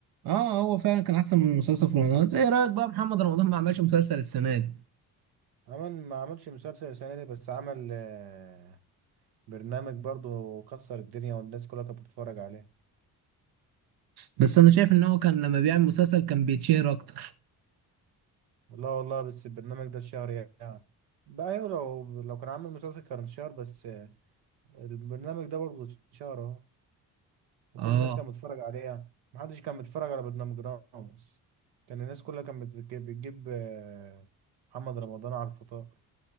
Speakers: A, on the right; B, on the right.
A: اه هو فعلا كان احسن من مسلسل في رمضان ايه رأيك بقى محمد رمضان ما عملش مسلسل السنة دي
B: عمل ما عملش مسلسل السنة دي بس عمل آه، برنامج برضو وكسر الدنيا والناس كلها كانت بتتفرج عليه
A: بس انا شايف ان هو كان لما بيعمل مسلسل كان بيتشهر اكتر
B: لا والله بس البرنامج ده الشهر يعني بقى أيوة لو لو كان عامل مسلسل كان شهر بس آه، البرنامج ده برضه شهر اهو وكل
A: اه
B: الناس كانت بتتفرج عليه يعني. محدش كان بيتفرج على برنامج راموس كان الناس كلها كانت بتجيب, بتجيب آه، محمد رمضان على الفطار